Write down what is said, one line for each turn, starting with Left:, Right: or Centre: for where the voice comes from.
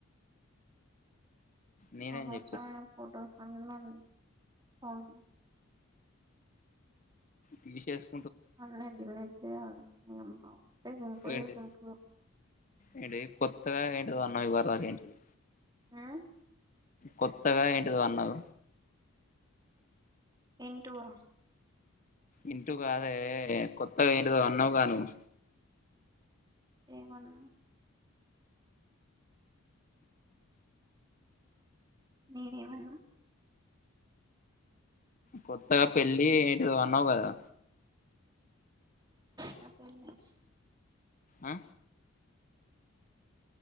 Left: నేనేం
Right: అవసరమైన
Left: చెప్పిన
Right: ఫోటోస్ అన్ని ఉన్నాయి ఫోన్లో
Left: తీసేసు
Right: అన్ని డిలీట్ చేయాలి ఊకే దింపుడే
Left: ఏంటి
Right: దింపుడు
Left: ఏంటి కొత్తగా ఏంటిదో అన్నావ్ ఇదివరదాకా ఏంటది
Right: ఉమ్
Left: కొత్తగా ఏంటిదో అన్నావ్
Right: ఏంటో ఒ
Left: ఇంటూ కాదే కొత్తగా ఏందో అన్నావు గా నువ్వు
Right: ఏమన్నా నేను ఏమన్నా
Left: కొత్తగా పెళ్ళి ఏంటిదో అన్నావు కదా
Right: నా పెళ్లి హ
Left: ఆ